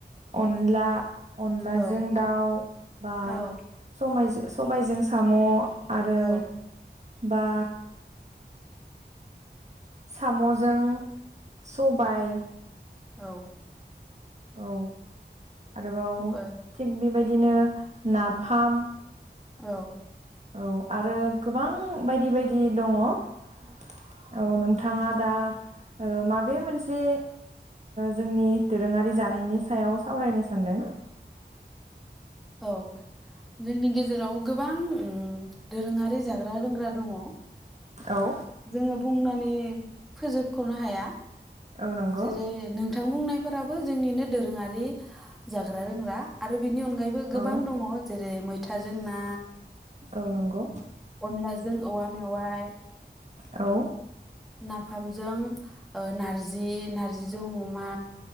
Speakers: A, on the right; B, in the centre.
A: अनला अनलाजों
B: औ
A: दाउ बा
B: औ
A: सबाइजों सबायजों साम' आरो
B: औ
A: बा साम'जों सबाय
B: औ
A: औ आरोबाव
B: ओ
A: थिग बेबायदिनो नाफाम
B: औ
A: औ आरो गोबां बायदि बायदि दङ औ नोंथाङा दा ओ माबे मोनसे जोंनि ओ दोरोङारि जानायनि सायाव सावरायनो सानदों?
B: औ जोंनि गेजे जेराव गोबां उम दोरोङारि जाग्रा रोंग्रा दङ
A: औ
B: जोङो बुंनानै नै फोजोबख'नो हाया
A: औ नंगौ
B: जेरै नों बिथां बुंनायफोराबो जोंनिनो दोरोङारि जाग्रा रोंग्रा बिनि अनगायैबो गोबां
A: औ
B: दङ जेरै मै था जों ना
A: औ नंगौ
B: अनलाजों औवा मेवाय
A: औ
B: नाफामजों ओ नारज‌ जि नारजिजों अमा